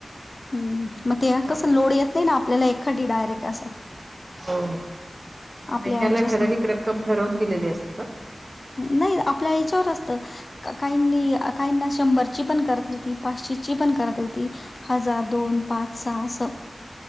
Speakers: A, on the left; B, on the right.
A: हम्म, मग ते
B: हो हो
A: कसं लोड येत नाही ना. आपल्याला एखादी डायरेक्ट असं.
B: हो हो, मग
A: आपल्या
B: महिन्याला
A: ऍडजस्ट
B: ठराविक रक्कम ठरवून दिलेली असते का.
A: नाही आपल्या हेच्यावर असता. काहींनी, काहींना शंभरची पण करता येती. पाचशेची पण करता येती. हजार दोन पाच सहा अस.